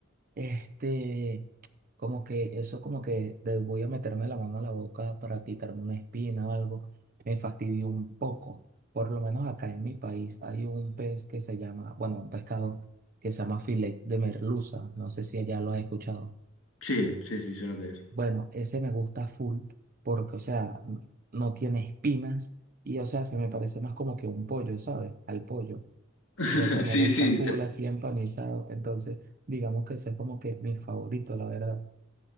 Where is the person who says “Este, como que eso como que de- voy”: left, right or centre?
Right